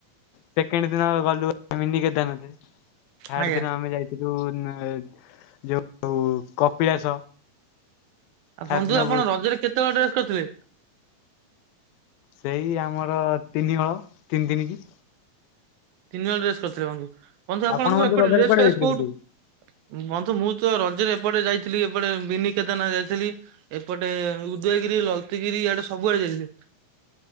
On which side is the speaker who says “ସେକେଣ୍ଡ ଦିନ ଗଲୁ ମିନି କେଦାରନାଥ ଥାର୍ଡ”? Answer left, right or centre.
Left